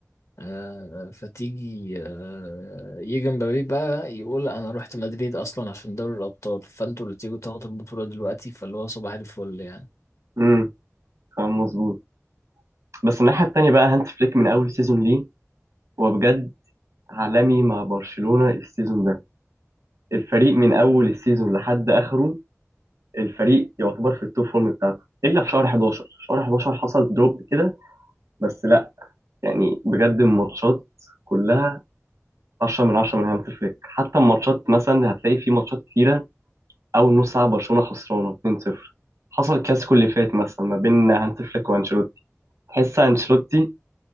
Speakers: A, on the left; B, on the right.
A: آه، فتيجي آه، يجي مبابي بقى يقول انا رحت مدريد اصلا عشان دوري الابطال فانتوا اللي تيجوا تاخدوا البطوله دلوقتي فاللي هو صباح الفل يعني
B: امم كلام مظبوط بس الناحية التانية بقى هانت فليك من أول سيزون ليه هو بجد عالمي مع برشلونة السيزون ده الفريق من أول السيزون لحد آخره الفريق يعتبر في التوب فورم بتاعته إلا في شهر 11 شهر 11 حصل دروب كده بس لا يعني بجد الماتشات كلها 10 من 10 من هانت فليك حتى الماتشات مثلا هتلاقي في ماتشات كتيرة أول نص ساعة برشلونة خسرانة 2-0 حصل الكلاسيكو اللي فات مثلا ما بين هانت فليك وانشيلوتي تحس انشيلوتي